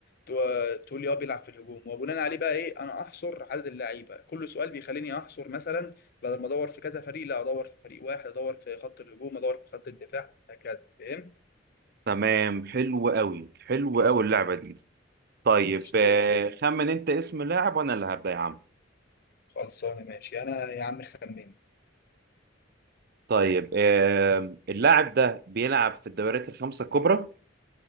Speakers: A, on the left; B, on the right.
A: تو- تقول لي اه بيلعب في الهجوم وبناء عليه بقى ايه انا احصر عدد اللعيبه كل سؤال بيخليني احصر مثلا بدل ما ادور في كذا فريق لا ادور في فريق واحد ادور في خط الهجوم ادور في خط الدفاع هكذا فهمت
B: تمام حلو قوي حلو قوي اللعبة دي طيب
A: ماشي
B: آه،
A: زي الفل
B: خمن انت اسم لاعب وانا اللي هبدأ يا عم
A: خلصانه ماشي انا يا عم خمن
B: طيب آه، اللاعب ده بيلعب في الدوريات الخمسة الكبرى